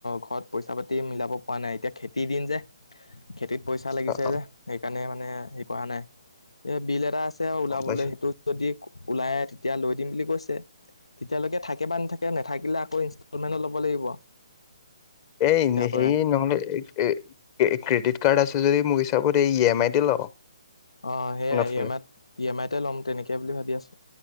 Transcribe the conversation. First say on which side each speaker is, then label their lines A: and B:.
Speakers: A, on the left; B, on the left.
A: ঘৰত পইচা পাতি মিলাব পৰা নাই এতিয়া খেতিৰ দিন যে খেতিত পইচা লাগিছে
B: অ অ
A: যে সেইকাৰণে মানে হেৰি কৰা নাই এ বিল এটা তেওঁ উলাবলৈ
B: গম পাইছো
A: সেইটোত যদি ওলাই তেতিয়া লৈ দিম বুলি কৈছে। তেতিয়া লৈকে থাকে বা নাথাকে নেথাকিলে আকৌ ইনষ্টলমেনত ল'ব লাগিব।
B: এই
A: ইয়াৰ
B: হেৰি
A: পৰা
B: নহ'লে এ' এ ক্ৰেডিট কাৰ্ড আছে যদি মোৰ হিচাপত এই ই এম আই তে ল।
A: অ' সেয়াই
B: নতুন
A: ই এম আইত ই এম আইতে ল'ম তেনেকে বুলি ভাবি আছো